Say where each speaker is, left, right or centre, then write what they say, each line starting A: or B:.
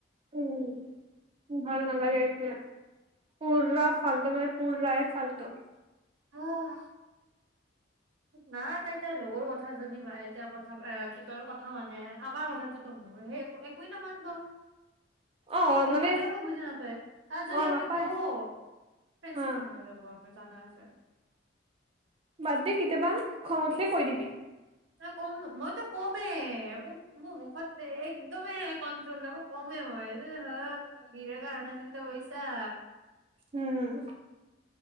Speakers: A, on the right; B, on the right.
A: উম ভাল নালাগে এতিয়া পুৰা ফাল্টু মানে পুৰাই ফাল্টু
B: অহ না তাই তাৰ লগৰ কথা জনী মানে এতিয়া কথা কি কয় কথা মানে আমাৰ কথাটোতো মোৰ সেই একোৱেই নামানিব
A: অ
B: আমি
A: মানে
B: কলে আকৌ বুজি নাপায় তাত যদি
A: অ
B: আমি
A: নাপায়
B: কওঁ ফ্ৰেণ্ডশ্বিপ
A: হা
B: ভাঙা যাব। মোৰ জানা আছে।
A: বাদ দি কেতিয়াবা খং উঠিলে কৈ দিবি।
B: না কম মইতো কমে মোৰ মুখত একদমে কণ্ট্ৰল নাই মোৰ মই কমে মই অহ হ নিজেতো অৰুণাচল টো গৈছা।
A: উম।